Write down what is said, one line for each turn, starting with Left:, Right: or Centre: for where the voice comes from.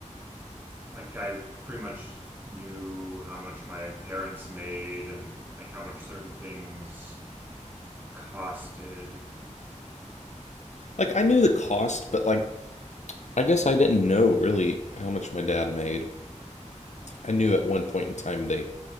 Right: like I pretty much knew how much my parents made and like how much certain things costed.
Left: Like, I knew the cost,
Right: Yeah.
Left: but like, I guess I didn't know really how much my dad made. I knew at one point in time they